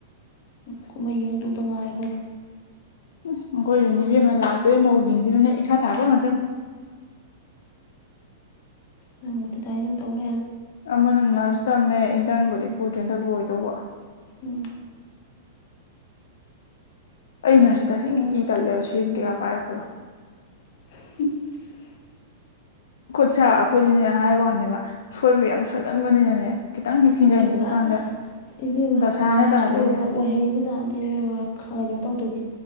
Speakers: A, on the left; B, on the left.
A: ꯀꯨꯝꯍꯩ ꯌꯦꯡꯗꯗ ꯉꯥꯏꯔꯦ ꯑꯩꯈꯣꯏꯗꯤ
B: ꯎ ꯑꯩꯈꯣꯏꯔ ꯅꯤꯕꯤ ꯑꯃ ꯂꯥꯛꯇꯣꯏ ꯃꯧꯁꯤꯡꯁꯤꯅꯅꯦ ꯏꯈꯥ ꯊꯥꯕ ꯉꯥꯛꯇꯅꯤ
A: ꯅꯪꯕꯨꯗꯤ ꯑꯗꯨꯃꯥꯏꯅ ꯑꯗꯨꯝ ꯇꯧ ꯂꯩꯔ
B: ꯑꯃꯅ ꯅꯔꯁ ꯇꯝꯃꯦ ꯏꯟꯇꯔꯟꯕꯨꯗꯤ ꯄꯨꯗ꯭ꯔꯔꯤ ꯍꯟꯗꯛ ꯂꯣꯏꯗꯧꯕ
A: ꯑꯣ
B: ꯑꯩ ꯅꯔꯁꯤ ꯇꯁꯦꯡꯒꯤ
A: ꯃꯧ
B: ꯀꯤ ꯇꯜꯂꯦꯕ ꯁꯤꯟ ꯀꯌꯥ ꯄꯥꯏꯔꯛꯄꯅꯣ
A: <inaudible>
B: ꯈꯨꯠ ꯁꯥꯥ ꯑꯩꯈꯣꯏꯗꯤꯅꯦ ꯍꯥꯏ ꯋꯥꯅꯦꯕ ꯁꯣꯏꯕ ꯌꯥꯝ ꯁꯣꯏꯜꯂꯝꯕꯅꯤꯅꯅꯦ ꯍ ꯊꯤꯡꯖꯥꯏꯅꯤꯡꯕ
A: ꯏꯕꯦꯝꯃ
B: ꯀꯥꯟꯗ
A: ꯑꯁ ꯏꯕꯦꯝꯃ
B: ꯗꯁꯥꯅꯦ
A: ꯅꯔꯁ
B: ꯇꯥꯗꯣꯏꯁꯦ
A: ꯑꯣꯏꯕꯒ ꯑꯣꯏꯍꯩ ꯏꯕꯖꯥꯠꯅꯇꯦ ꯏꯕꯦꯝꯃ ꯀꯩꯅꯣ ꯇꯧꯗꯗꯤ